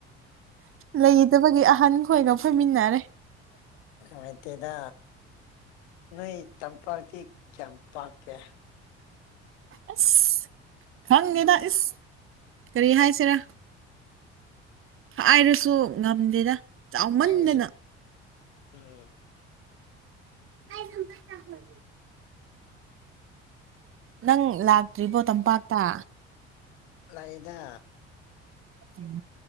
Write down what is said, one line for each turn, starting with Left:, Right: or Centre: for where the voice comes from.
Right: ꯂꯩꯇꯕꯒꯤ ꯑꯍꯟ ꯑꯩꯈꯣꯏꯒ ꯐꯣꯏꯃꯤꯟꯅꯔꯦ
Left: ꯃꯣꯏꯠꯇꯗ ꯅꯣꯏ ꯆꯝꯄꯥꯛꯄꯥꯛꯇ ꯆꯝꯄꯀꯦ
Right: ꯑꯁ ꯈꯪꯉꯦꯗ ꯏꯁꯁ ꯀꯔꯤ ꯍꯥꯏꯁꯤꯔꯥ ꯍꯥꯏ ꯍꯥꯏꯔꯁꯨ ꯉꯝꯗꯦꯅ ꯆꯥꯎꯃꯟꯗꯅ
Left: ꯑꯩꯅꯁꯨ ꯎꯝ
Right: ꯅ ꯀꯌꯥ ꯍꯥꯏ ꯅꯪ ꯂꯥꯛꯇ꯭ꯔꯤꯕꯣ ꯇꯝꯄꯥꯛꯇ
Left: ꯂꯩꯗ
Right: ꯎꯝ